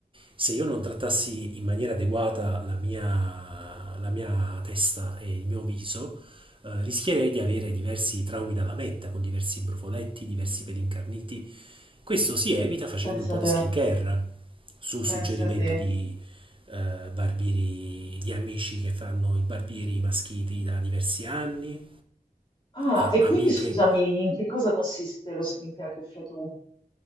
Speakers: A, on the right (about 35°); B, on the left (about 30°).
A: se io non trattassi in maniera adeguata la mia, la mia testa e il mio viso, eh, rischierei di avere diversi traumi dalla metta, con diversi brufoletti, diversi peli incarniti. Questo si evita facendo
B: pensa
A: un po' di
B: te,
A: skincare, su suggerimento
B: pensa te.
A: di eh, barbieri, di amici che fanno i barbieri maschiti da diversi anni,
B: Ah,
A: eh,
B: e
A: amiche.
B: quindi scusami, in che cosa consiste lo skincare che fai tu?